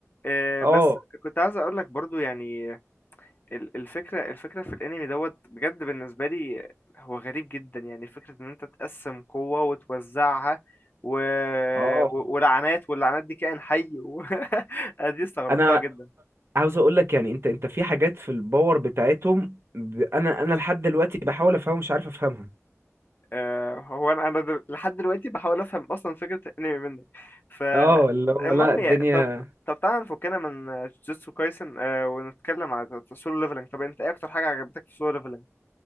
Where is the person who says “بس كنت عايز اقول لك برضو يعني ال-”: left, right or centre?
Left